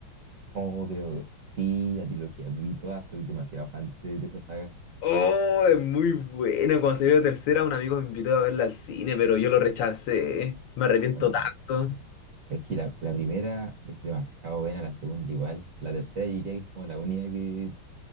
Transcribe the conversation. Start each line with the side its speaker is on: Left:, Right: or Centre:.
Right: ojo, creo, sí, la trilogía, vi todas, soy demasiado fan de, ese- de esa saga.
Left: Oh, es muy buena. Cuando salió la tercera, un amigo me invitó a verla al cine, pero yo lo rechacé. Me arrepiento
Right: No,
Left: tanto.
Right: es que la, la primera es demasiado buena, la segunda igual. La tercera yo diría que es como la única que